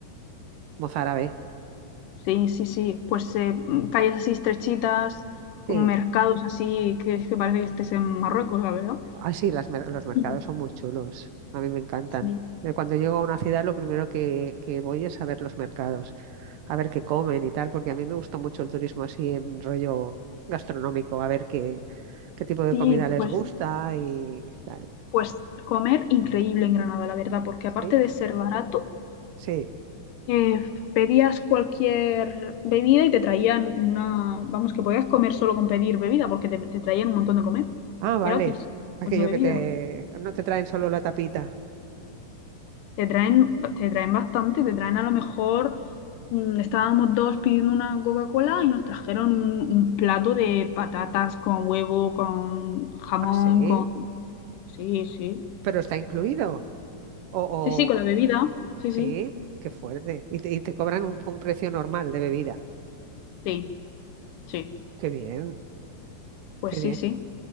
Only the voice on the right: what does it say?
mozárabe.
Sí,
así las, mer- los mercados
son muy chulos. A mí me encantan.
Eh, Cuando llego a una ciudad, lo primero que, que voy es a ver los mercados, a ver qué comen y tal, porque a mí me gusta mucho el turismo así en rollo gastronómico, a ver qué, qué tipo de
comida les
gusta y tal.
Sí.
Sí.
Ah, vale.
Aquello
que te... No te traen solo la tapita.
Ah, sí.
Pero está incluido. O,
o...
Sí,
qué fuerte. Y te, y te cobran un, un precio normal de bebida.
Qué bien,
qué
bien.